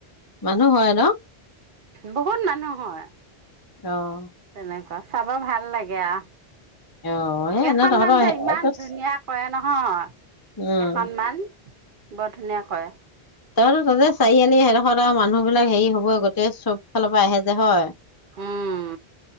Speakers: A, on the left; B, on the right.
A: মানুহ হয় ন?
B: বহুত মানুহ হয়।
A: অ'
B: তেনেকুৱা চাব ভাল লাগে আ
A: অ সেই
B: কেইখন
A: ন তহঁতৰ
B: মান যে ইমান ধুনীয়া কৰে নহয়, অ'
A: উম
B: কেইখনমান বৰ ধুনীয়া, হয়,
A: তাৰ তাতে চাৰিআলি হেইদসৰত আৰু মানুহ বিলাক হেৰি হ'ব তে চব ফালৰ পৰা আহে যে হয়উম
B: উম